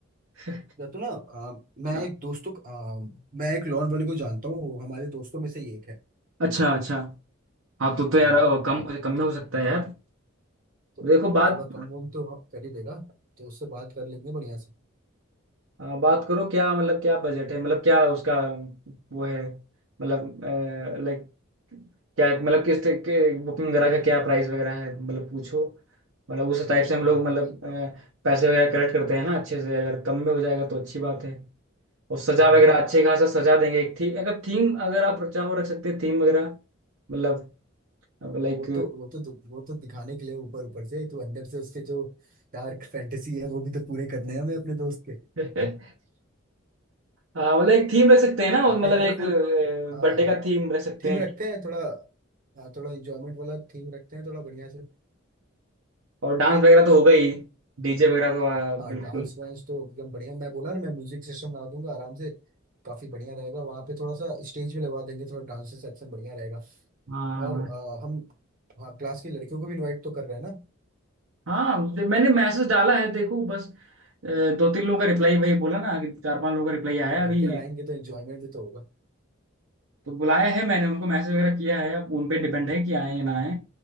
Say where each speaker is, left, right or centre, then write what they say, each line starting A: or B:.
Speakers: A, on the right; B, on the right.
A: <laughs>
B: या तो ना आ, मैं
A: हाँ,
B: एक दोस्तों को- आ, मैं एक लोन वाले को जानता हूँ वो हमारे दोस्तों में से ही एक है
A: अच्छा अच्छा हाँ तो तो
B: हाँ
A: यार अ,
B: हाँ
A: कम कम में हो सकता है यार
B: तो
A: देखो बात
B: तो थोड़ा कम वम तो वहाँ कर ही देगा तो उससे बात कर लेंगे बढ़िया से
A: हाँ बात करो क्या मतलब क्या बजट है मतलब क्या उसका वो है मतलब लाइक क्या मतलब किस तरह के बुकिंग वगैरह का क्या प्राइस वगैरह है मतलब पूछो मतलब उस टाइप से हम
B: हाँ
A: लोग मतलब
B: भाई
A: अ, पैसे वगैरह कलेक्ट करते हैं ना अच्छे से अगर कम में हो जाएगा तो अच्छी बात है और सजा
B: हाँ
A: वगैरह
B: हाँ,
A: अच्छे खासा सजा देंगे एक थी अगर थीम अगर आप चाहो रख सकते हैं थीम वगैरह मतलब लाइक
B: वो तो वो तो दु- वो तो दिखाने के लिए ऊपर ऊपर से तू अंदर से उसके जो डार्क फैंटेसी है वो भी तो पूरे करने हैं हमें अपने दोस्त के
A: <laughs> हाँ मतलब एक थीम रख सकते हैं ना
B: बर्थडे
A: मतलब
B: है
A: एक
B: फुल तो हाँ
A: बर्थडे
B: हाँ
A: का थीम रख सकते
B: थीम
A: हैं
B: रखते हैं थोड़ा हाँ थोड़ा इंजॉयमेंट वाला थीम रखते हैं थोड़ा बढ़िया से
A: और डांस वगैरह तो होगा ही डीजे वगैरह तो आ,
B: हाँ
A: बिल्कुल
B: डांस वांस तो एकदम बढ़िया मैं बोला ना मैं म्यूजिक सिस्टम लगा दूंगा आराम से काफी बढ़िया रहेगा वहाँ पे थोड़ा सा स्टेज भी लगवा देंगे थोड़ा डांस सेक्शन बढ़िया रहेगा
A: हाँ
B: और अ, हम हाँ क्लास की लड़कियों को भी इनवाइट तो कर रहे हैं ना
A: हाँ हाँ, दे- मैंने मैसेज डाला है देखो बस अ, दो तीन लोगों का रिप्लाई वही बोला ना कि चार पांच लोगों का रिप्लाई आया है
B: लड़कियां
A: अभी
B: आएंगी तो एंजॉयमेंट भी तो होगा
A: तो बुलाया है मैंने उनको मैसेज वगैरह किया है अब उन पे डिपेंड है कि आए या ना आए